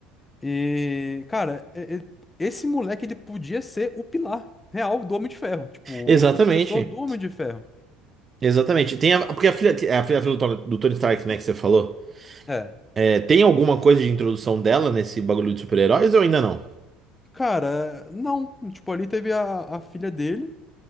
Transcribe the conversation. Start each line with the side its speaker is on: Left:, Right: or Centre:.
Left: E, cara, e- e- esse moleque ele podia ser o pilar real do Homem de Ferro, tipo,
Right: Exatamente.
Left: o su- sucessor do Homem de Ferro.
Right: Exatamente. Tem a- porque a filha, a filha, a filha do, Tony, do Tony Stark, né, que você falou,
Left: É.
Right: é, tem alguma coisa de introdução dela nesse bagulho de super-heróis ou ainda não?
Left: Cara, não. Tipo, ali teve a, a filha dele.